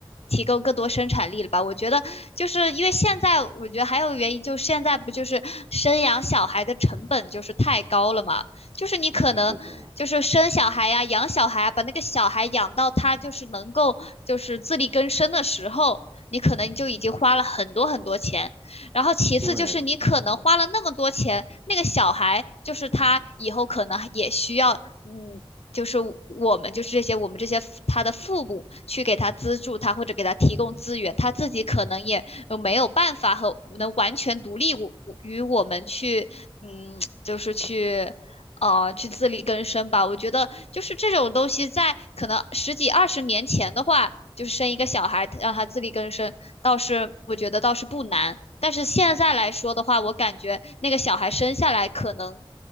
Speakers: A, on the left (about 80°); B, on the right (about 35°).
A: 提供更多生产力了吧？我觉得就是因为现在，我觉得还有原因就是现在不就是生养小孩的成本就是太高了嘛？就是你可能就是生小孩呀、
B: 是的，
A: 养小孩啊把那个小孩养到他就是能够就是自力更生的时候，你可能就已经花了很多很多钱。然后其次就是你可能花了那么多钱，
B: 对。
A: 那个小孩就是他以后可能也需要，嗯，就是我们就是这些我们这些他的父母去给他资助他或者给他提供资源，他自己可能也呃没有办法和能完全独立于我们去，嗯，就是去。呃，去自力更生吧。我觉得就是这种东西，在可能十几二十年前的话，就是生一个小孩让他自力更生，倒是我觉得倒是不难。但是现在来说的话，我感觉那个小孩生下来可能